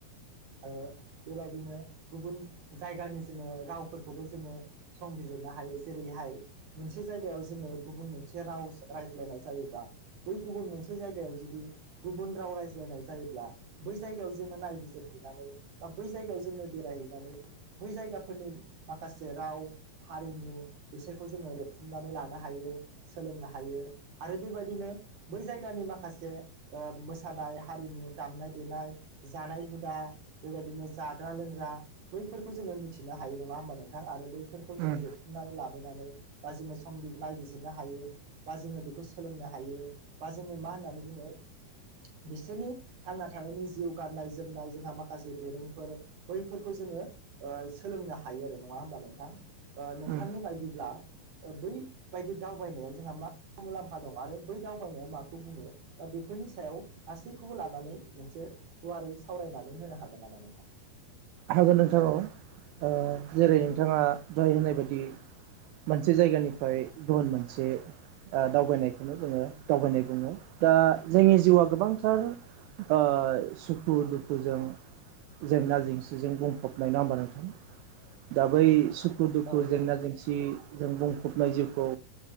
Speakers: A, on the right; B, on the right.
A: ओ बेबायदिनो गुबुन जायगानि जोङो रावफोरखौबो जोङो समबििरनो हायो जेरैहाय मोनसे जायगायाव जोङो गुबुन मोनसे राव रायज्लायनाय जायोब्लाा बै गुबुन मोनसे जायगायाव जुदि गुबुन राव रायज्लायनाय जायोब्ला बै जायगायाव जोङो नायबिजिरहैनानै बा बै जायगायाव जोङो बेरायहैनानै बै जायगाफोरनि माखासे राव हारिमु बिसोरखौ जोङो रेबथुमनानै लानो हायो सोलोंनो हायो आरो बेबायदिनो बै जायगानि माखासे मोसानाय हारिमु दामनाय देनाय जानाय हुदा बेबायदिनो जाग्रा लोंग्रा बैफोरखौ जोङो मिथिनो हायो नङा होमबा नोंथां आरो बैफोरखौ जोङो
B: उम
A: रेबथुमनानै लाब नानै बा जोङो संबि नायबिजिरनो हायो बा जोङो बेखौ सोलोंनो हायो बा जोङो मा होननानै बुङो बिसोरनि थांना थानायनि जिउ गाननाय जोमनाय जोंहा माखासे दोरोंफोर बैफोरखौ जोङो ओ सोलोंनो हा हायो आरो नङा होमबा नोंथां नोंथांनि
B: उम
A: बायदिब्ला ओ बैबायदि दावबायनायाव जोंहा मा मुलाम्फा दं आरो बै दावबायनाया माखौ बुङो बा बेफोरनि सायाव गासैखौबो लानानै मोनसे गुवारै सावरायनानै होनो हागोन नामा नोंथां?
B: हागोन नोंथां औ ओ जेरै- नोंथाङा दहाय होननाय बायदि मोनसे जायगानिफ्राय गुबुन मोनसे ओ दावबायनायखौनो जोङो दावबायनाय बुङो दा जोंनि जिउआ गोबांथार ओ सुखु दुखुजों जेंना जेंसि जों बुंफबनाय नङा नोंथां दा बै सु खु दुखु
A: औ नोंथां
B: जेंना जेंसिजों बुंफबनाय जिउ खौ